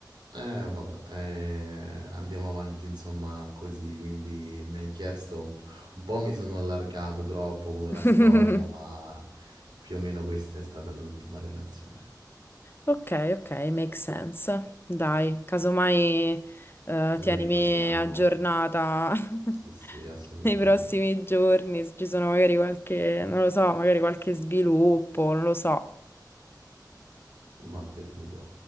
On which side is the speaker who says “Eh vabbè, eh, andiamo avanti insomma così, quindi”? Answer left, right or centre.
Right